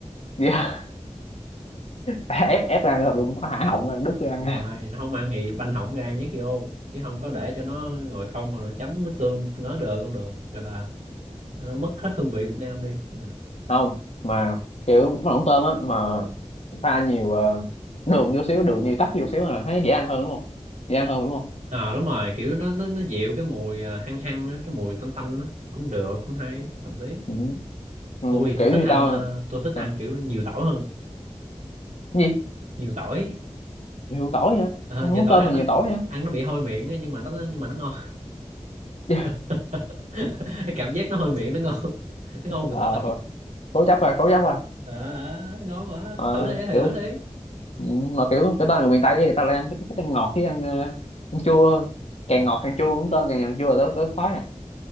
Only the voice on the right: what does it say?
rồi nó không ăn thì banh hỏng ra nhét vô chứ không có để cho nó ngồi không mà nó chấm nước tương tương ớt được không được gọi là nó mất hết hương vị Việt Nam đi không được
à đúng rồi kiểu nó nó nó dịu cái mùi à, hăng hăng á, cái mùi tanh tanh á cũng được cũng hay hợp lý
tôi thì
tôi thích
ăn
à, tôi thích ăn
kiểu nhiều tỏi hơn
nhiều tỏi
Ờ,
nhiều tỏi
ăn
nó
ăn nó bị hôi miệng á, nhưng mà nó nhưng mà nó ngon
<laughs> cái cảm giác nó hôi miệng nó ngon <laughs> nó ngon vừa
tỏi
Ờ, ờ, ngon quá
thử đi thầy
thử đi
à,